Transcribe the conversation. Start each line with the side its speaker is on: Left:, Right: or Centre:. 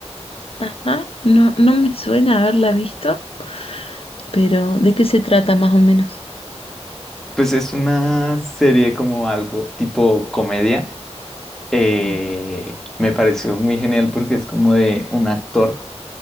Left: Ajá. No, no me suena haberla visto, pero ¿de qué se trata más o menos?
Centre: Pues es una serie como algo tipo comedia. eh,
Left: <laughs>
Centre: me pareció muy genial porque es como de un actor.